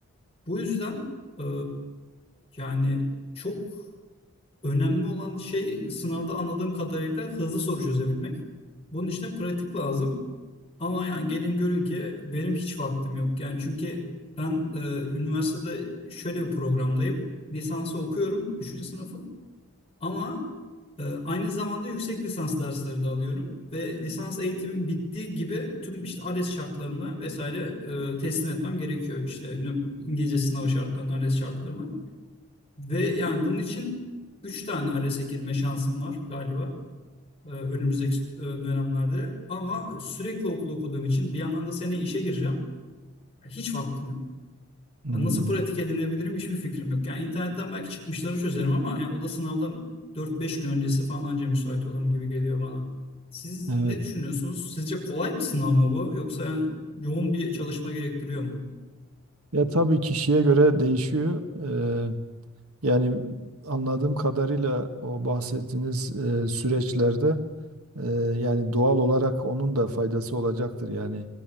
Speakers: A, on the left; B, on the right.
A: Bu yüzden e, yani çok önemli olan şey sınavda anladığım kadarıyla hızlı soru çözebilmek. Bunun için de pratik lazım. Ama yani gelin görün ki benim hiç vaktim yok. Yani çünkü ben e, üniversitede şöyle bir programdayım. Lisansı okuyorum, üçüncü sınıfım. Ama ee, Aynı zamanda yüksek lisans dersleri de alıyorum ve lisans eğitimim bittiği gibi tüm işte ALES şartlarına vesaire e, teslim etmem gerekiyor. İşte ünü- İngilizce sınavı şartlarına, ALES şartlarına. Ve yani bunun için 3 tane ALES'e girme şansım var galiba e, önümüzdeki e, dönemlerde. Ama sürekli okul okuduğum için bir yandan da seneye işe gireceğim. Hiç vaktim yok.
B: Hmm,
A: Ya nasıl pratik edinebilirim hiçbir fikrim yok. Yani internetten belki çıkmışları çözerim ama yani o da sınavdan 4-5 gün öncesi falan anca müsait olurum gibi geliyor bana. Siz
B: evet.
A: ne düşünüyorsunuz? Sizce kolay bir sınav mı bu yoksa yani yoğun bir çalışma gerektiriyor mu?
B: Ya tabii kişiye göre değişiyor. Eee, yani anladığım kadarıyla o bahsettiğiniz eee, süreçlerde eee, yani doğal olarak onun da faydası olacaktır. Yani